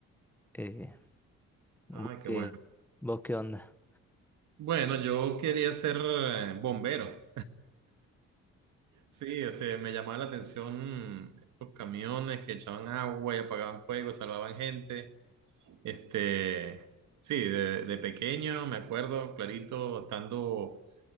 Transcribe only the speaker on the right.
Ay, qué
bueno.
Bueno, yo quería ser eh, bombero. Sí, o sea, me llamaba la atención mm, estos camiones que echaban agua y apagaban fuego, salvaban gente. Este, sí, de, de pequeño me acuerdo clarito estando